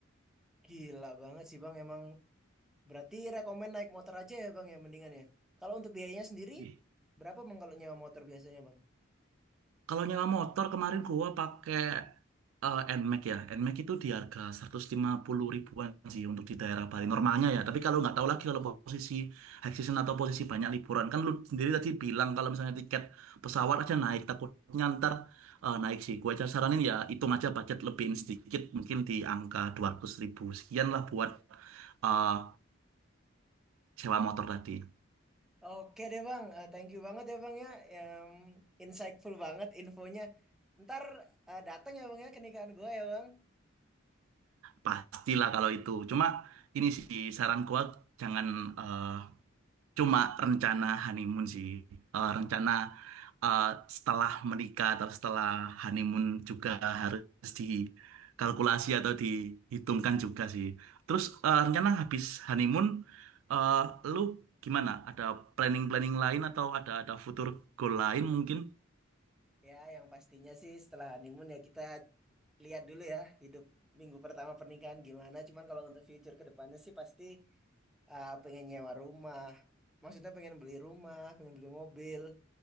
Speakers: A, in the centre; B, on the right (about 80°).
A: Gila banget sih bang. Emang berarti rekomen naik motor aja ya bang ya mendingan ya. Kalau untuk biayanya sendiri
B: Gitu.
A: berapa bang kalau nyewa motor biasanya bang?
B: Kalau nyewa motor kemarin gua pakai eh, Nmax ya. Nmax itu di harga 150 ribuan sih untuk di daerah Bali normalnya ya. Tapi kalau nggak tahu lagi kalau posisi high season atau posisi banyak liburan kan lu sendiri tadi bilang kalau misalnya tiket pesawat aja naik takutnya ntar eh, naik sih. Gue aja saranin ya hitung aja budget lebihin sedikit mungkin di angka 200 ribu sekian lah buat eh, sewa motor tadi.
A: Oke deh bang, Eh, thank you banget ya bang ya, Em, insightful banget infonya. Ntar eh, datang ya bang ya ke nikahan gue ya bang.
B: Pastilah kalau itu. Cuma ini sih saran gua jangan eh, Cuma rencana honeymoon sih. Eh, rencana eh, setelah menikah atau setelah honeymoon juga harus dikalkulasi atau dihitungkan juga sih. Terus eh, rencana habis honeymoon, eh, lu gimana? Ada planning-planning lain atau ada ada future goal lain mungkin?
A: Ya, yang pastinya sih setelah honeymoon ya kita lihat dulu ya hidup minggu pertama pernikahan gimana. Cuman kalau untuk future ke depannya sih pasti eh, pengen nyewa rumah. Maksudnya pengen beli rumah, pengen beli mobil.